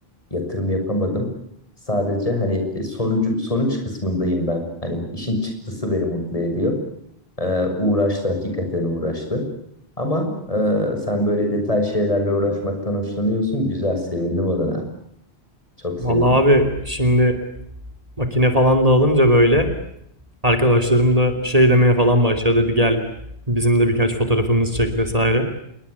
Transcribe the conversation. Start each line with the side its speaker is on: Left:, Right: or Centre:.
Left: Yatırım yapamadım. Sadece hani sonucu sonuç kısmındayım ben. Hani işin çıktısı beni mutlu ediyor. Ee, uğraştı, hakikaten uğraştı. Ama e, sen böyle detay şeylerle uğraşmaktan hoşlanıyorsun. Güzel, sevindim adına. Çok
Right: Vallahi
Left: sevindim.
Right: abi şimdi makine falan da alınca böyle arkadaşlarım da şey demeye falan başladı dedi gel bizim de birkaç fotoğrafımız çek vesaire.